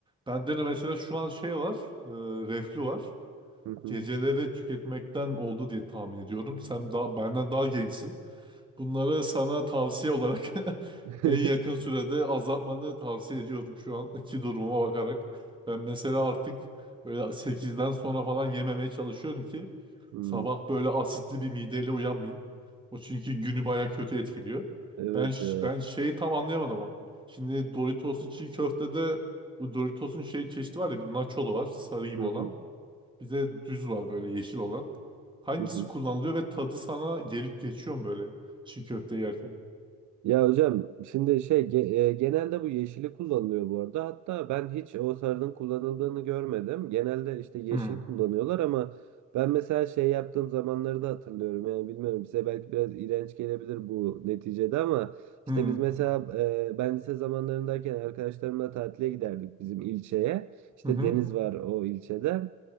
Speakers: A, on the right; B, on the right.
A: bende de mesela şu an şey var. E, reflü var.
B: Hı hı.
A: Geceleri tüketmekten oldu diye tahmin ediyorum. Sen daha benden daha gençsin. Bunları sana tavsiye olarak <laughs>
B: <laughs>
A: en yakın sürede azaltmanı tavsiye ediyorum şu anki durumuma bakarak. Ben mesela artık böyle sekizden sonra falan yememeye çalışıyorum ki
B: Hmm,
A: sabah böyle asitli bir mideyle uyanmayayım. O çünkü günü baya kötü etkiliyor.
B: Evet
A: Ben
B: ya.
A: ben şeyi tam anlayamadım ama. Şimdi Doritos'lu çiğ köftede bu Doritos'un şey çeşidi var ya bir nacholu var sarı gibi
B: Hı
A: olan.
B: hı,
A: Bir de düz var böyle yeşil olan. Hangisi
B: hı hı.
A: kullanılıyor ve tadı sana gelip geçiyor mu böyle çiğ köfte yerken?
B: Ya hocam şimdi şey ge- e, genelde bu yeşili kullanılıyor bu arada. Hatta ben hiç o sarının kullanıldığını görmedim. Genelde işte yeşil
A: Hmm.
B: kullanıyorlar ama ben mesela şey yaptığım zamanları da hatırlıyorum. Yani bilmiyorum size belki biraz iğrenç gelebilir bu neticede ama
A: Hmm.
B: işte biz mesela e, ben lise zamanlarındayken arkadaşlarımla tatile giderdik bizim ilçeye. İşte
A: Hı hı.
B: deniz var o ilçede.